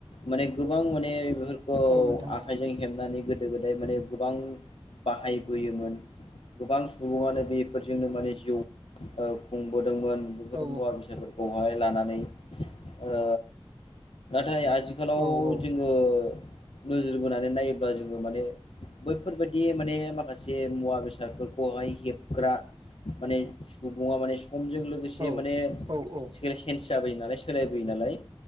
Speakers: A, on the left; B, on the right.
A: माने गोबां माने बेफोरखौ
B: औ नोंथां
A: आखाइजों
B: औ
A: हेबनानै गोदो गोदाय माने गोबां बाहायबोयोमोन गोबां सुबुङानो बेफोरजोंनो माने जिउ ओ खुंबोदोंमोन बेफोर
B: औ
A: मुवा बेसादफोर खौहाय लानानै ओ नाथाय आथिखालाव
B: औ औ
A: जोङो नोजोर बोनानै नायोब्ला जोङो माने बैफोरबायदि माने माखासे मुवा बेसादफोर बहाय हेबग्रा माने सुबुंआ माने समजों लोग गोसे
B: औ
A: माने
B: औ औ
A: सोर सेन्स जाबोयो नालाय सोलायबोयो नालाय